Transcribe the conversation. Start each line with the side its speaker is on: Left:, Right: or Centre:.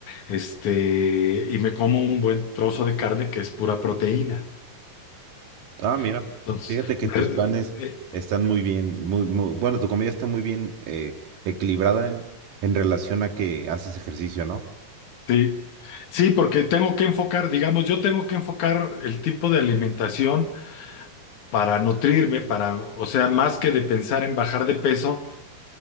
Left: Este, y me como un buen trozo de carne que es pura proteína.
Right: Ah, mira,
Left: Entonces,
Right: fíjate que
Left: ver-
Right: tus planes
Left: eh,
Right: están muy bien, muy, muy, bueno, tu comida está muy bien eh, equilibrada en, en relación a que haces ejercicio, ¿no?
Left: sí. Sí, porque tengo que enfocar, digamos, yo tengo que enfocar el tipo de alimentación para nutrirme, para, o sea, más que de pensar en bajar de peso,